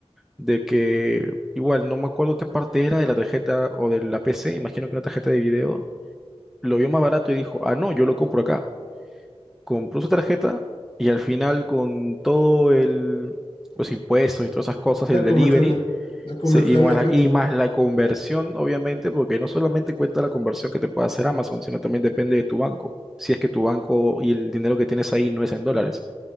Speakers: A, in the centre; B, on the left.
A: de que igual no me acuerdo qué parte era de la tarjeta o de la PC, imagino que una tarjeta de video. Lo vio más barato y dijo, ah, no, yo lo compro acá. compró su tarjeta y al final con todo el, los impuestos y todas esas cosas,
B: la
A: el delivery
B: conversión de, la conversión
A: se- y, más
B: le abre.
A: la, y más la conversión, obviamente, porque no solamente cuenta la conversión que te puede hacer Amazon, sino también depende de tu banco. Si es que tu banco y el dinero que tienes ahí no es en dólares,